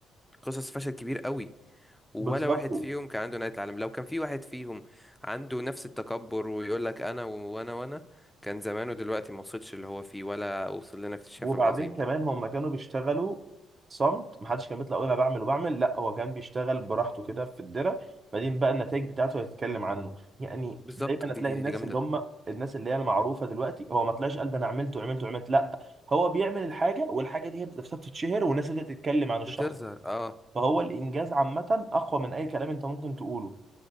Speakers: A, in the centre; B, on the right (about 40°).
A: قصص فشل كبير قوي ولا
B: بالظبط
A: واحد فيهم كان عنده نهاية العالم لو كان في واحد فيهم عنده نفس التكبر ويقول لك انا وانا وانا كان زمانه دلوقتي ما وصلش اللي هو فيه ولا وصل لنا اكتشاف
B: وبعدين
A: العظيم
B: كمان
A: ده
B: هم كانوا بيشتغلوا صمت محدش كان بيطلع يقول انا بعمل وبعمل لا هو كان بيشتغل براحته كده في الدرة بعدين بقى النتائج بتاعته هيتكلم عنه يعني
A: بالظبط
B: دايما
A: دي
B: هتلاقي الناس
A: دي جامدة
B: اللي هم الناس اللي هي المعروفه دلوقتي هو ما طلعش قال ده انا عملت وعملت وعملت لا هو بيعمل الحاجه والحاجه دي هي نفسها بتتشهر والناس اللي تتكلم عن الشخص
A: بتظهر اه
B: فهو الانجاز عامه اقوى من اي كلام انت ممكن تقوله